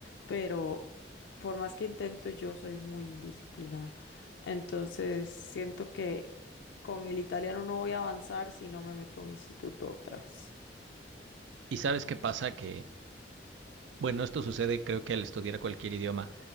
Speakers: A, on the left; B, on the right.
A: Pero por más que intento yo soy muy indisciplinada. Entonces siento que con el italiano no voy a avanzar si no me meto a un instituto otra vez.
B: ¿Y sabes qué pasa? Que Bueno, esto sucede creo que al estudiar cualquier idioma,